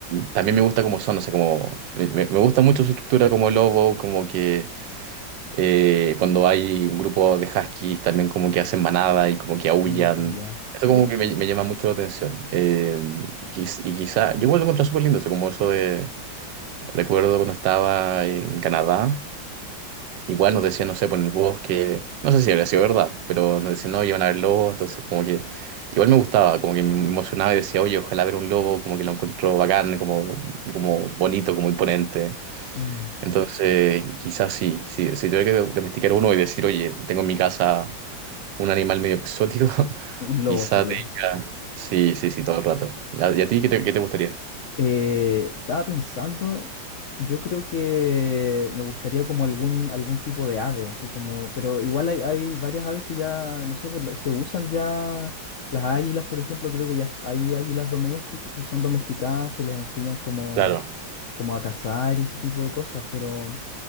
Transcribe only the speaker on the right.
también me gusta cómo son, o sea, como. Me, me- me gusta mucho su estructura como lobo, como que Eh, cuando hay un grupo de huskies también como que hacen manada y como que aúllan.
Eso como que me, me llama mucho la atención. Eh, y, quiz- y quizá, yo igual lo encontré súper lindo, eso como eso de, recuerdo cuando estaba en Canadá, igual nos decían, no sé, por el bosque, no sé si habría sido verdad, pero nos decían, no, iban a ver lobos, entonces como que igual me gustaba, como que me emocionaba y decía, oye, ojalá ver un lobo, como que lo encuentro bacán, como, como bonito, como imponente.
Entonces, quizás sí, sí, si tuviera que domesticar uno y decir, oye, tengo en mi casa un animal medio exótico, <laughs>
quizás
te diga, sí, sí, sí, todo el rato. ¿A- ¿Y a ti qué te, qué te gustaría?
Claro.